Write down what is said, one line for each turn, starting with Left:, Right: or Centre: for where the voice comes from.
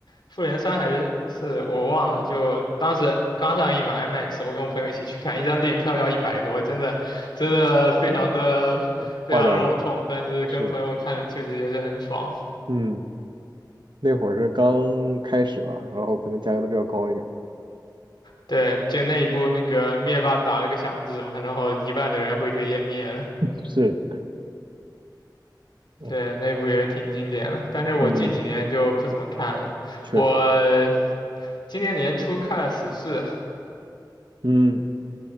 Left: 复联三还是四，我忘了，就当时刚上映嘛，IMAX，我跟我朋友一起去看，一张电影票要一百多，真的真的非常的非常肉痛，
Right: 夸张
Left: 但是跟朋友看的确实也是很爽。
Right: 是的，嗯，那会儿是刚开始吧，然后可能价格都比较高一点。
Left: 对，就那一部那个灭霸打了个响指嘛，然后一半的人灰飞烟灭了。
Right: 是的，
Left: 对，
Right: 哎，
Left: 那部也挺经典了，但是我近几年就不怎么看了。
Right: 嗯，确实，
Left: 我今年年初看了《死侍》，
Right: 嗯，